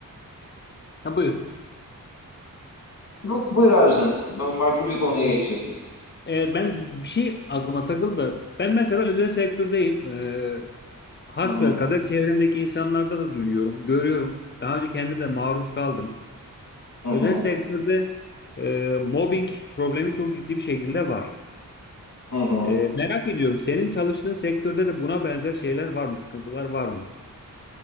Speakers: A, on the left; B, on the left.
A: Ha, buyur.
B: yok buyur abi sen. Ben farklı bir konuya
A: Ee,
B: geçecektim.
A: Evet ben bir şey aklıma takıldı. da Ben mesela özel sektördeyim. Ee, hasbelkader
B: Hı hı,
A: çevremdeki insanlarda da duyuyorum, görüyorum. Daha önce kendim de maruz kaldım.
B: hı
A: Özel
B: hı,
A: sektörde e, mobbing problemi çok ciddi bir şekilde var.
B: hı hı.
A: E, merak ediyorum senin çalıştığın sektörde de buna benzer şeyler var mı? Sıkıntılar var mı?